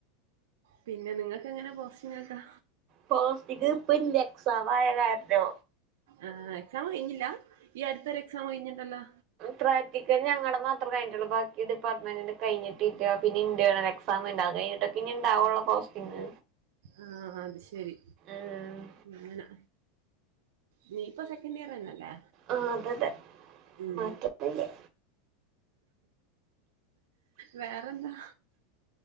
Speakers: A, on the right (about 80°); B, on the right (about 40°).
A: പിന്നെ നിങ്ങക്ക് എങ്ങനെ പോസിങ്ങക്കാ?
B: പോസ്റ്റിങ്ങ്‌ ഇപ്പൊ ഇല്ല എക്സാം ആയ കാരണോ
A: ആഹ് എക്സാം കയിഞ്ഞില്ല ഈ അടുത്തൊരു എക്സാം കയിഞ്ഞിണ്ടല്ലാ
B: പ്രാക്റ്റിക്കല് ഞങ്ങടെ മാത്രെ കയിഞ്ഞിട്ടുള്ളു. ബാക്കി ഡിപ്പാർട്ട്മെന്റിന്റെ കയിഞ്ഞിട്ടില്ല. പിന്നെ ഇന്റേണൽ എക്സ എക്സാം ഇണ്ട് അത് കഴിഞ്ഞിട്ടൊക്ക ഇനി ഇണ്ടാവുള്ളൂ പോസ്റ്റിംങ്.
A: ആഹ് അത് ശരി
B: ഉം
A: അങ്ങനെ നീ ഇപ്പ സെക്കൻഡ് ഇയർ തന്നല്ലേ?
B: ആഹ് അതതെ
A: ഉം
B: മാറ്റംന്നൂല്ല്യ.
A: വേറെന്താ?